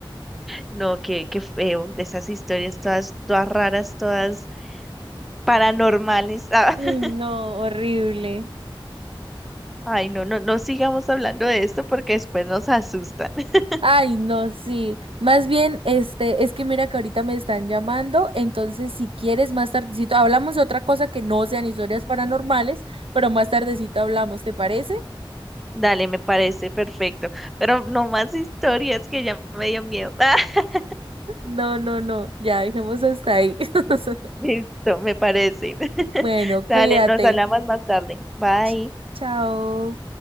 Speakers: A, in the centre; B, on the right (about 85°).
A: no, qué, qué feo. De esas historias todas, todas raras, todas paranormales. Ah,
B: Ay,
A: <laughs>
B: No, horrible.
A: ay, no, no, no sigamos hablando de esto porque después nos asustan. <laughs>
B: Ay, no, sí. Más bien, este, es que mira que ahorita me están llamando, entonces si quieres más tardecito hablamos de otra cosa que no sean historias paranormales, pero más tardecito hablamos, ¿te parece?
A: Dale, me parece perfecto. Pero no más historias que ya me dio miedo. <laughs> Ah,
B: No, no, no, ya dejemos hasta ahí. <laughs>
A: listo, me parece. <laughs>
B: Bueno, cuídate.
A: Dale, nos hablamos más tarde. Bye.
B: Ch- Chao.